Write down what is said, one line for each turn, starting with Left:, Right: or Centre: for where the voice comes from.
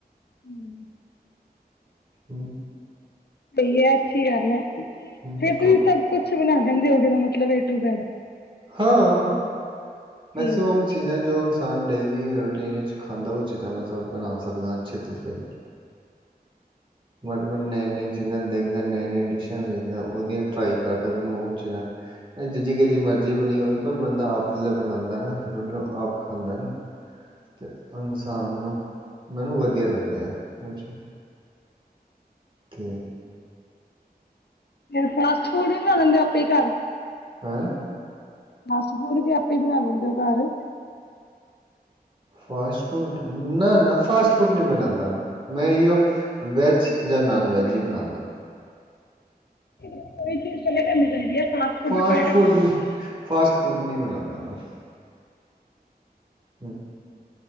Left: ਹੂੰ
Right: ਹੂੰ
Left: ਸਹੀ ਹੈ ਅੱਛੀ ਗੱਲ ਹੈ। ਫੇਰ
Right: ਹੂੰ ਕੁ
Left: ਤੁਸੀਂ ਸਭ ਕੁੱਛ ਬਣਾਉਦੇ ਰਹਿੰਦੇ ਹੋ ਗਏ ਮਤਲਬ ਏ ਨੂੰ ਜੈਡ
Right: ਹਾਂ।
Left: ਹੂੰ
Right: ਮੈਕਸੂਮ ਚੀਜ਼ਾਂ ਜੋ ਇਨਸਾਨ ਡੇਲੀ ਰੂਟੀਨ ਵਿੱਚ ਖਾਂਦਾ ਉਹ ਚੀਜ਼ਾਂ ਮੈਂ ਸਭ ਬਣਾ ਸਕਦਾ ਅੱਛੇ ਤਰੀਕੇ ਨਾਲ ਬਟ ਮੈਂ ਨਹੀਂ ਨਹੀਂ ਜਿ ਦੇਖਦਾ ਨਵੇਂ ਨਵੇਂ ਡਿਸ਼ਾਂ ਦੇਖਦਾ ਉਹਦੀਆਂ ਟਰਾਈ ਕਰਦਾ ਮੈਨੂੰ ਉਹ ਚੀਜ਼ ਜ ਕਿ ਜ ਮਰਜ਼ ਜੇ ਬਣੀ ਹੋਵੇ ਪਰ ਬੰਦਾ ਆਪ ਬਣਾਉਂਦਾ ਨਾ ਫਿਰ ਉਹਨੂੰ ਆਪ ਖਾਂਦਾ ਨਾ ਤੇ ਇਨਸਾਨ ਨੂੰ ਮੈਨੂੰ ਵਧੀਆ ਲੱਗਦਾ ਐ। ਅੱਛਾ ਅਤੇ
Left: ਫ ਫਾਸਟ ਫੂਡ ਲੈਂਦੇ ਹੋ ਆਪੇ ਹੀ ਘਰ
Right: ਹੈਂ
Left: ਬਸ ਹੂੜ ਤੇ ਆਪੇ ਹੀ ਬਣਾ ਲੈਂਦੇ ਐ ਘਰ
Right: ਫਾਸਟ ਫੂਡ ਨਾ ਨਾ ਫਾਸਟ ਫੂਡ ਨਹੀਂ ਬਣਾਉਂਦਾ ਮੈਂ ਓ ਵੈਜ ਜਾਂ ਨਾਨ ਵੈਜ ਹੀ ਬਣਾਉਦਾ।
Left: ਕੋਈ ਚੀਜ਼ ਪਹਿਲੇ ਕਰਨੀ ਚਾਹੀਦੀ ਹੈ।
Right: ਫਾਸਟ
Left: ਵੀ ਟਰਾਈ
Right: ਫੂਡ
Left: ਕਰਕੇ ਦੇਖ।
Right: ਫਾਸਟ ਫੂਡ ਨੀ ਬਣਾਉਦਾ ਮੈਂ ਹੂੰ